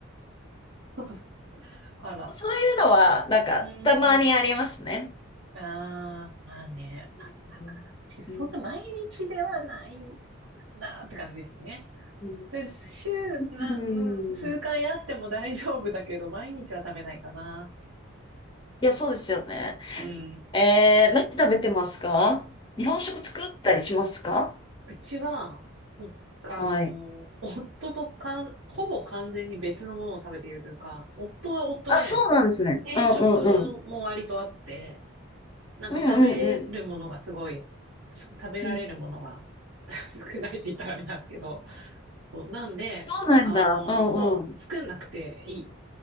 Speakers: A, on the right (about 70°); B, on the left (about 20°).
A: そうそうあら。
B: そういうのは、なんか、
A: う
B: たまにありますね。
A: ん。ああ、まあね、パスタか。
B: うん、
A: 確かにそんな毎日ではない
B: うん、
A: かなって感じですね。
B: うん、
A: で、週な、
B: うん
A: うん、数回あっても大丈夫だけど、毎日は食べないかな。
B: いや、そうですよね。
A: うん。
B: えー、何食べてますか日本食作ったりしますか
A: うちは、ほあの、
B: はい。
A: 夫とかん、ほぼ完全に別のものを食べているというか、夫は夫で、
B: あ、そうなんですね。
A: 偏食も割とあって、
B: うんうんうん。
A: なんか食べるものがすごい、
B: うんうんうん。
A: す食べられるものが
B: うん
A: <laughs> 少ないって言ったらあれなんですけど、そうなんで、
B: そうなんだ。
A: あの、
B: うんうん。
A: そう、作んなくていい。